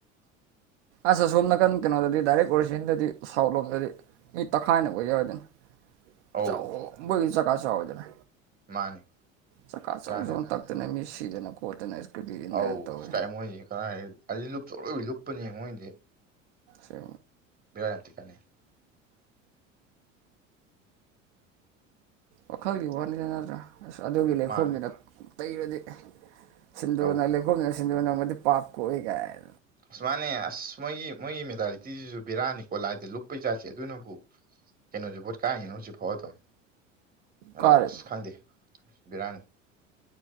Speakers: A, on the right (about 60°); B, on the right (about 20°).
A: ꯑꯁ ꯁꯣꯝ ꯅꯥꯀꯟ ꯀꯩꯅꯣꯗꯗꯤ ꯗꯥꯏꯔꯦꯛ ꯑꯣꯔꯤꯁꯤꯟꯗꯗꯤ ꯁꯥꯎꯠ ꯂꯣꯝꯗꯗꯤ ꯃꯤ ꯇꯈꯥꯏꯅ ꯑꯣꯏ ꯌꯥꯎꯔꯣꯏꯗꯅꯤ
B: ꯑꯧ
A: ꯆ ꯃꯣꯏꯒꯤꯗꯤ ꯆꯀꯥ ꯆꯥꯎꯗꯅ
B: ꯃꯥꯅꯦ
A: ꯆꯀꯥ ꯆꯁꯨ
B: ꯕꯦꯔꯥꯅꯦ ꯍꯥꯏꯕ
A: ꯛꯇꯨꯅ ꯃꯤ ꯁꯤꯗꯅ ꯈꯣꯠꯇꯅ ꯏꯁꯀ ꯏꯟꯗꯅ
B: ꯑꯧ
A: ꯇꯧꯋꯤ
B: ꯑꯁ ꯀꯥꯏ ꯑꯗꯨꯗꯤ ꯂꯨꯞꯁꯨ ꯂꯣꯏ ꯂꯨꯞꯄꯅꯦ ꯃꯣꯏꯗꯤ
A: ꯆ
B: ꯃꯤꯑꯣꯕꯏ ꯌꯥꯇ ꯀꯅꯤ
A: ꯋꯥꯈꯜꯒꯤ ꯋꯥꯅꯤꯗ ꯅꯠꯇ꯭ꯔꯥ ꯑꯁ ꯑꯗꯨꯒꯤ ꯂꯩꯈꯣꯝꯗꯨꯅ
B: ꯃꯥ
A: ꯇꯩꯔꯗꯤ ꯁꯤꯟꯗꯔꯅ
B: ꯑꯧ
A: ꯂꯩꯈꯣꯝꯅ ꯁꯤꯟꯗꯔꯅꯕꯨꯗꯤ ꯄꯥ ꯀꯣꯛꯏ ꯀꯥꯏ
B: ꯑꯁꯨ ꯃꯥꯅꯦ ꯑꯁ ꯃꯣꯏꯒꯤ ꯃꯣꯏꯒꯤ ꯃꯦꯇꯥꯂꯤꯇꯤꯁꯤꯁꯨ ꯕꯤꯦꯔꯥꯅꯤ ꯀꯣꯠꯂꯥꯏꯗ ꯂꯨꯞꯄꯩꯖꯥꯠꯁꯦ ꯑꯗꯨꯅꯕꯨ ꯀꯩꯅꯣꯁꯨ ꯄꯣꯠ ꯀꯥꯏꯉ ꯍꯧꯖꯤꯛ ꯐꯥꯎ ꯑꯗꯨꯝ ꯑꯗꯣ
A: ꯀꯥꯔꯤ
B: ꯑꯁ ꯈꯪꯗꯦ ꯕꯤꯔꯥꯅꯤ